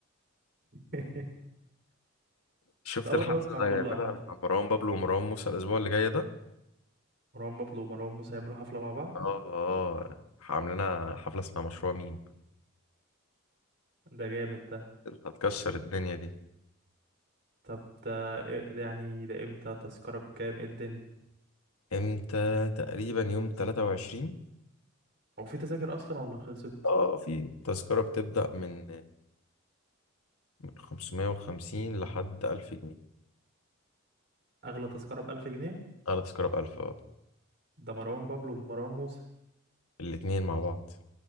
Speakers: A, on the right; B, on the left.
A: <laughs>
B: شفت
A: لا وانا
B: الحفله
A: بسمع
B: اللي
A: كله
B: هيعملها
A: عامه
B: مع مروان بابلو ومروان موسى الاسبوع اللي جاي ده
A: مروان بابلو ومروان موسى يعملوا حفله مع بعض
B: اه اه عاملينها حفله اسمها مشروع ميم
A: ده جامد ده
B: هتكسر الدنيا دي
A: طب ده إيه- ده يعني ده امتى تذكرة بكام ايه الدنيا
B: امتى تقريبا يوم 23
A: هو في تذاكر اصلا ولا خلصت
B: اه في تذكرة بتبدأ من من 550 لحد 1000 جنيه
A: اغلى تذكرة بألف جنيه
B: اعلى تذكرة ب 1000 اه
A: ده مروان بابلو ومروان موسى
B: الاتنين مع بعض